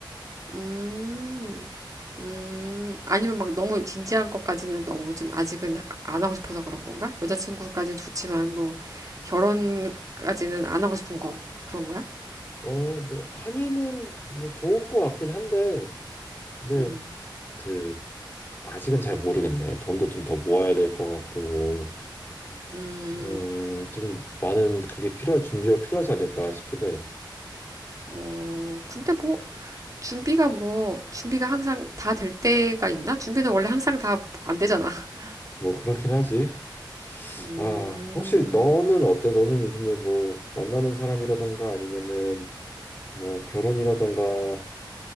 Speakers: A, on the right (about 45°); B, on the left (about 25°).
A: 음, 음, 아니면 막 너무 진지한 것까지는 너무 좀 아직은 하- 안 하고 싶어서 그런 건가? 여자친구까지는 좋지만 뭐 결혼까지는 안 하고 싶은 거 그런 거야?
B: 어, 뭐 하면은 뭐 좋을 것 같긴 한데, 근데
A: 음,
B: 그 아직은 잘 모르겠네. 돈도 좀 더 모아야 될 것 같고,
A: 음,
B: 음, 좀 많은 그게 필요할 준비가 필요하지 않을까 싶긴 해.
A: 어, 근데 뭐 준비가 뭐 준비가 항상 다 될 때가 있나? 준비는 원래 항상 다 안 되잖아. <laughs>
B: 뭐 그렇긴 하지.
A: 음,
B: 아, 혹시 너는 어때? 너는 요즘에 뭐 만나는 사람이라던가 아니면은 뭐 결혼이라던가,